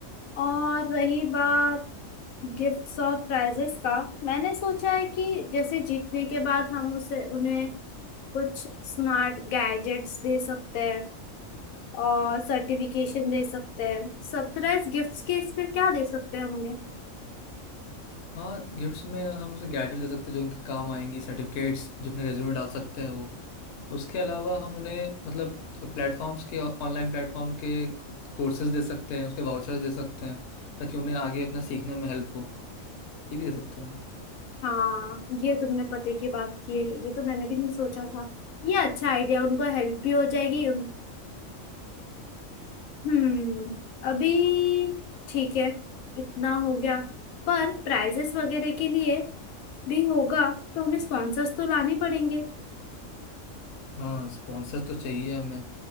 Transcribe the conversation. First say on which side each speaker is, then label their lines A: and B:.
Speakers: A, on the left (about 80°); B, on the left (about 65°).
A: और रही बात गिफ्ट्स और प्राइजेस का मैंने सोचा है कि जैसे जीतने के बाद हम उसे उन्हें कुछ स्मार्ट गैजेट्स दे सकते हैं और सर्टिफिकेशन दे सकते हैं सरप्राइज गिफ्ट्स के इसमें क्या दे सकते हैं हम उन्हें
B: हाँ गिफ्ट्स में हम उसे गैजेट दे सकते हैं जो उनके काम आएंगी सर्टिफिकेट्स जो अपने रेज्यूमे डाल सकते हैं वो उसके अलावा हम उन्हें मतलब प्लेटफॉर्म्स के ऑनलाइन प्लेटफॉर्म के कोर्सेज दे सकते हैं उसके वाउचर्स दे सकते हैं ताकि उन्हें आगे अपना सीखने में हेल्प हो ये भी दे सकते हैं हम।
A: हाँ ये तुमने पते की बात की है ये तो मैंने भी नहीं सोचा था ये अच्छा आइडिया उनको हेल्प भी हो जाएगी उन- हम्म अभी ठीक है इतना हो गया पर प्राइजेस वगैरह के लिए भी होगा तो हमें स्पॉन्सर्स तो लाने पड़ेंगे
B: हाँ स्पॉन्सर्स तो चाहिए हमें